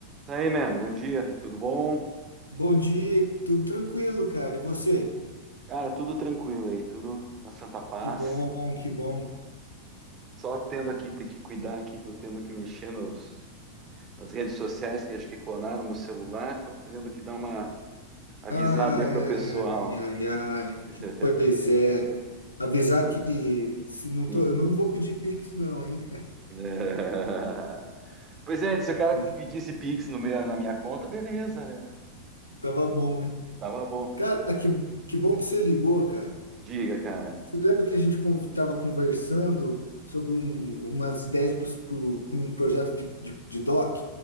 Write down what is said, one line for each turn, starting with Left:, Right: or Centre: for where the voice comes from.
Right: Daí, man, bom dia, tudo bom?
Left: Bom dia, tudo tranquilo, cara. E você?
Right: Cara, tudo tranquilo aí, tudo na santa paz.
Left: Que bom, que bom.
Right: Só tendo aqui, ter que cuidar aqui, que eu tendo que mexer nos, nas redes sociais, que acho que clonaram meu celular, então tendo que dar uma avisada
Left: Ai,
Right: aí pro pessoal.
Left: ai, ai, ai.
Right: <laughs>
Left: Pois é. Avisar que se não
Right: Sim.
Left: tô, eu não vou pedir Pix, não, hein?
Right: É. Pois é, se o cara
Left: Né?
Right: pedisse Pix no meu, na minha conta, beleza, né?
Left: Tava bom, né?
Right: Tava bom.
Left: Cara, que, que bom que você ligou, cara.
Right: Diga, cara.
Left: Você lembra que a gente con- tava conversando sobre um- umas ideias para pro, pro um projeto de, de, de doc,